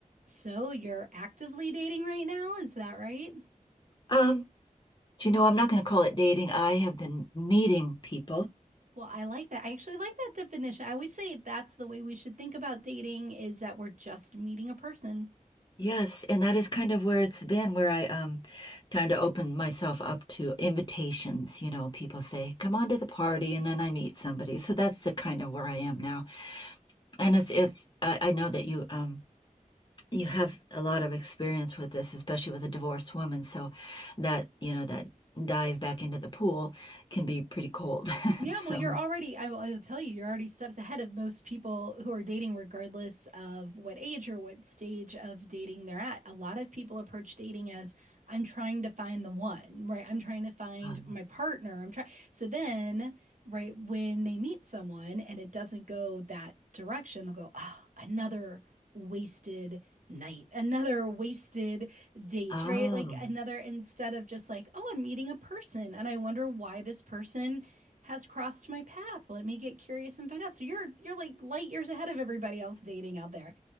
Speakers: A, on the right (about 65°); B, on the left (about 35°).
A: So you're actively dating right now, is that right?
B: Um, do you know, I'm not going to call it dating. I have been meeting people.
A: Well, I like that. I actually like that definition. I always say that's the way we should think about dating is that we're just meeting a person.
B: Yes, and that is kind of where it's been, where I um trying to open myself up to invitations. You know, people say, "Come on to the party," and then I meet somebody. So that's the kind of where I am now. And it's it's I, I know that you um you have a lot of experience with this, especially with a divorced woman. So that, you know, that dive back into the pool can be pretty cold. <laughs>
A: Yeah,
B: So,
A: well, you're already, I will, I will tell you, you're already steps ahead of most people who are dating, regardless of what age or what stage of dating they're at. A lot of people approach dating as I'm trying to find the one, right? I'm trying to find
B: um,
A: my partner. I'm trying. So then, right, when they meet someone and it doesn't go that direction, they'll go, oh, another wasted night, another wasted date,
B: oh.
A: right? Like another, instead of just like, oh, I'm meeting a person and I wonder why this person has crossed my path. Let me get curious and find out. So you're you're like light years ahead of everybody else dating out there.